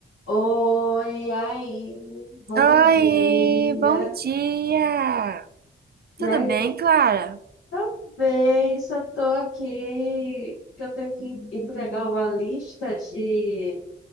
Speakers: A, on the left; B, on the right.
A: Oi, e aí, bom
B: Oi,
A: dia.
B: bom dia!
A: E
B: Tudo
A: aí,
B: bem,
A: como que
B: Clara?
A: tá bem? Só tô aqui que eu tenho que entregar uma lista de